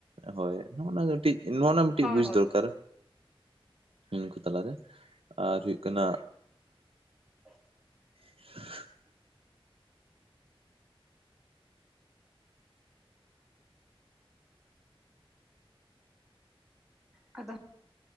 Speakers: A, on the right; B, in the centre.
A: ᱦᱳᱭ ᱚᱱᱮ ᱚᱱᱟ ᱜᱮ ᱴᱤᱡ ᱱᱚᱜᱼᱚᱱᱟ ᱢᱤᱴᱤᱡ
B: ᱦᱳᱭ
A: ᱵᱩᱡᱽ
B: ᱦᱳᱭ
A: ᱫᱚᱨᱠᱟᱨ᱾ ᱩᱝᱠᱩ ᱛᱟᱞᱟᱨᱮ ᱟᱨ ᱦᱩᱭᱩᱜ ᱠᱟᱱᱟ
B: <inaudible>
A: <inaudible>
B: ᱟᱫᱚ